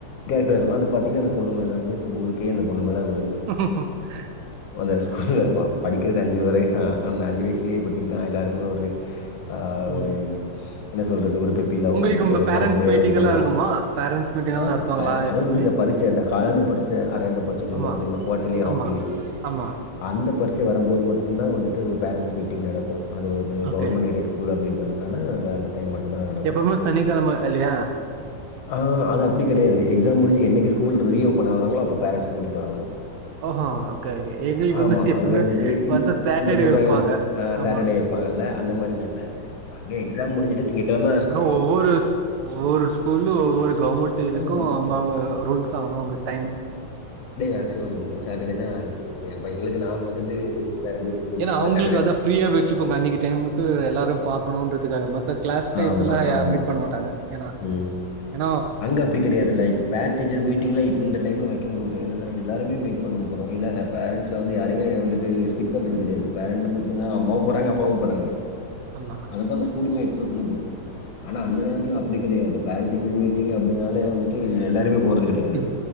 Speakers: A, on the left; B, on the right.
A: டர் வந்து பாத்தீங்ன அந்த பொண்ணு மேல வந்து ஊருக்கே அந்த பொண்ணு மேல ஒ
B: <inaudible>
A: மொத‌ ஸ்கூல்ல படிக்கிறது அஞ்சு வரையதா அந்த அஞ்சு வயசுலயே பாத்தீங்னா எல்லாருக்குமே ஒரு ஆ ஒரு
B: ம்
A: என்ன சொல்றது ஒரு பெப்பி அப்டி
B: உங்களுக்கு உங்க
A: ஒரு
B: பேரண்ட்ஸ்
A: மறக்க முடியாத
B: மீட்டிங்
A: ஒரு பொண்ணா
B: எல்லா இருக்குமா
A: இருக்கு
B: பேரண்ட்ஸ் மீட்டிங் எல்லா
A: அ
B: நடத்துவாங்களா
A: பே அதுவந்து
B: எப்பவுமே
A: அந்த பரிச்ச அந்த காலாண்டு பரிச்ச அரையாண்டு பரிச்சன் சொல்வாங்க
B: ஆமா
A: தெரியுமா கோட்டலி ஹாஃபெலி
B: ஆமா ஆமா
A: அந்த பரிச்ச வரும்போது மட்டுந்தா வந்துட்டு பேரண்ட்ஸ் மீட்டிங் நடக்கு அதுவது
B: ஓகே
A: கவர்மென்ட் எய்டெட் ஸ்கூல் அப்டின் றதுனால அந்த அந்த டைம் மட்டு‌ தா நடக்கு
B: எப்பவுமே சனிக்கிழமை இல்லையா
A: ஆ அது அப்டி கெடயா து எக்ஸாம் முடிஞ்சு என்னக்கி ஸ்கூல் ரி ஓப்பன் ஆவுராங்களோ அப்ப பேரன்ட்ஸ கூட்டிட்டு வரனு
B: ஓஹோ ஓகே ஓகே எங்களுக்கு
A: ஆமா
B: வந்து எப்பவுமே
A: அங்க வந்துட்டு இப்
B: வந்து சாட்டர்டே
A: இந்த சொல்றாங்கல்ல
B: வைப்பாங்க
A: ஆ
B: ஆமா
A: சேட்டர்டே வப்பாங்கல்ல அந்த மார்லா இல்ல அங்க எக்ஸாம் முடிஞ்சுட்டு திங்ககெழம
B: அனா ஒவ்வொரு ஒவ்வொரு ஸ்கூல்லு ஒவ்வொரு கவர்மெண்ட் இதுக்கு
A: ஆமா.
B: அவுங்கவுங்க
A: அப்
B: ரூல்ஸு அவுங்கவுங்க டைம்
A: மேக்சிமம் இருக்கு சாட்டர்டே தா‌ இப்ப ஏ பை எங்ளுக்கு நாம் வந்துட்டு பேரண்ட் டீச்சர்ஸ் மீட்டிங்
B: ஏனா
A: போறதா
B: அவுங்கள்க்கு
A: சாட்டர்டே
B: அதா
A: தான்.
B: ஃப்ரீயா வச்சுப்போங்க அன்னைக்கு டைமுக்கு எல்லாரு பாக்கணுன்றதுக்காக ம க்ளாஸ் டயத்துல
A: ஆமா,
B: யார்
A: ஆமா.
B: மீட் பண்ண மாட்டாங்க எனா
A: ம்.
B: எனா
A: அங்க அப்டி கெடையாதுல்ல இப்ப பேரன்ட் டீச்சர் மீட்டிங்ல இப்ப இந்த டைம்ல வைக்கம் போது என்னனா எல்லாருமே மீட் பண்ணோ போறோ இல்லங்க பேரன்ஸ்ல வந்து யாருமே வந்துட்டு ஸ்கிப் பண்றது கெடையாது பேர்ன்ல பாத்தீங்கன்னா அம்மாவு போறாங்க அப்பாவு போறாங்க
B: ஆமா
A: அதுதா அந்த ஸ்கூலுமே சொன்னது ஆனா அந்த நேரத்துல அப்டி கெடையாது பேரண்ட் டீச்சர் மீட் ட்டிங்க அப்டின்னாலே வந்துட்டு எல்லாருமே கிடையாது.
B: இ